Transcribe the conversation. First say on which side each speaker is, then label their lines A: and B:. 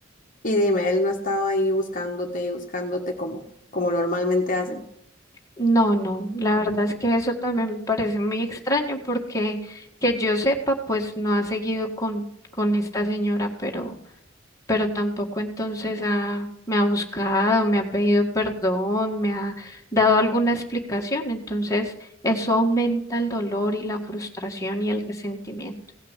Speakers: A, on the left; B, on the left.
A: Y dime, él no estaba ahí buscándote y buscándote como, como normalmente hacen.
B: No, no, la verdad es que eso también me parece muy extraño porque que yo sepa, pues no ha seguido con, con esta señora, pero, pero tampoco entonces ha, me ha buscado, me ha pedido perdón, me ha dado alguna explicación. Entonces, eso aumenta el dolor y la frustración y el resentimiento.